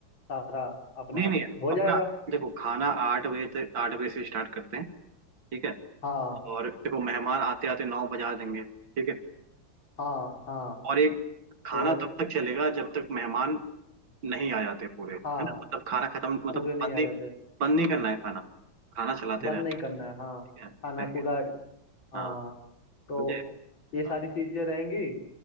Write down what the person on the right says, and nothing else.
नहीं नहीं
अपना
देखो खाना आठ बजे तक आठ बजे से स्टार्ट करते हैं ठीक है
और देखो मेहमान आते आते नौ बजा देंगे ठीक है
और एक खाना
तब तक चलेगा जब तक मेहमान नहीं आ जाते पूरे है
ना मतलब खाना खत्म मतलब
बंद
नहीं
बंद नहीं करना है खाना खाना चलाते
रहना
ठीक है इस
तरीके
हाँ समझे
हाँ।